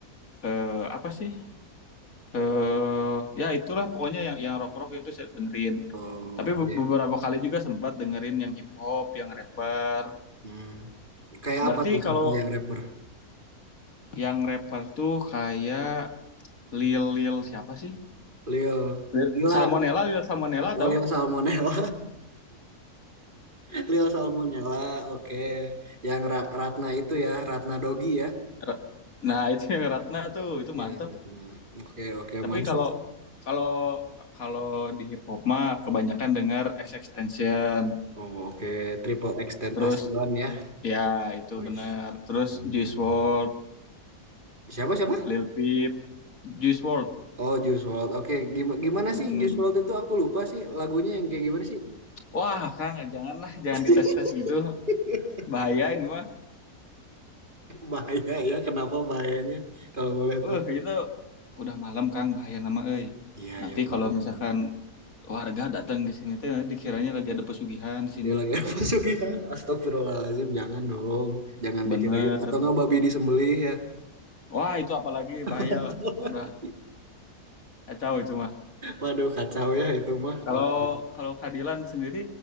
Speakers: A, on the left; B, on the right.
A: eh, apa sih eh ya itulah pokoknya yang yang rock rock itu saya dengerin
B: Oh,
A: tapi
B: oke.
A: be- beberapa kali juga sempat dengerin yang hip hop yang rapper
B: Hmm. Kayak
A: berarti
B: apa tuh
A: kalau
B: contoh yang rapper?
A: yang rapper tuh kayak Lil Lil siapa sih?
B: Leo,
A: Lil-
B: Lila,
A: Salmonella, Lil Salmonella
B: oh
A: tahu?
B: Leo Salmonella, <laughs> Leo Salmonella, oke. Yang Ra- Ratna itu ya, Ratna Dogi ya,
A: Ra- Nah, itu yang Ratna tuh, itu
B: ya
A: mantep.
B: Ratna. Oke, oke,
A: Tapi
B: mantap.
A: kalau kalau kalau di hip hop mah kebanyakan denger Extension.
B: Oh, oke, Triple X Tentacion
A: Terus
B: ya.
A: ya itu
B: Wih,
A: bener. Terus
B: keren,
A: Juice
B: keren.
A: WRLD,
B: Siapa siapa?
A: Lil Peep, Juice WRLD.
B: Oh, Juice WRLD. Oke, Gima- Gimana
A: Mm-mm.
B: sih Juice WRLD itu? Aku lupa sih lagunya yang kayak gimana sih?
A: Wah, Kang, janganlah, jangan
B: <laughs>
A: dites-tes gitu. Bahaya ini mah.
B: Bahaya ya, kenapa bahayanya? Kalau boleh
A: Uh,
B: tahu.
A: itu udah malam, Kang, bahaya nama euy.
B: Iya,
A: Nanti
B: iya betul.
A: kalau misalkan warga datang ke sini teh nanti dikiranya lagi ada pesugihan di sini.
B: Ya lagi <laughs> apa sugihan? Astagfirullahaladzim, jangan dong. Jangan
A: Bener.
B: dikira gitu. Atau nggak babi disembelih ya.
A: Wah, itu apalagi
B: <laughs>
A: bahaya. Udah kacau itu mah.
B: Waduh, kacau ya itu mah.
A: Kalau
B: Waduh.
A: kalau Kadilan sendiri